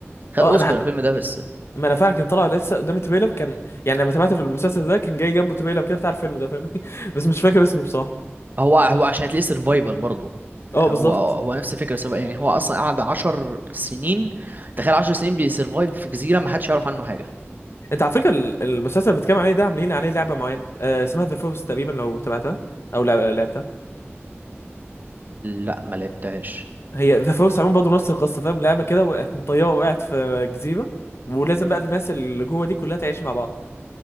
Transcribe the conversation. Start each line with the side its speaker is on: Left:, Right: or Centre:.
Right: خد
Left: اه
Right: اوسكار
Left: انا
Right: الفيلم ده بس
Left: ما انا فعلا كان طالع لسه قدامي تريلر كان يعني لما تابعته في المسلسل ده كان جاي جنبه تريلر كده بتاع الفيلم ده فاهمني <laughs> بس مش فاكر اسمه بصراحه
Right: هو هو عشان هتلاقيه سرفايفل برضه
Left: اه
Right: هو
Left: بالظبط
Right: هو نفس الفكره سب- يعني هو اصلا قعد عشر سنين تخيل عشر سنين بيسرفايف في جزيره ما حدش يعرف عنه حاجه
Left: انت على فكره ال- المسلسل اللي بتتكلم عليه ده عاملين عليه لعبه معينه آه اسمها ذا فورس تقريبا لو تابعتها او لع- لعبتها
Right: لا ما لعبتهاش
Left: هي ذا فورس عموما برضه نفس القصه فاهم لعبه كده و- <laughs> طياره وقعت في جزيره ولازم بقى الناس اللي جوه دي كلها تعيش مع بعض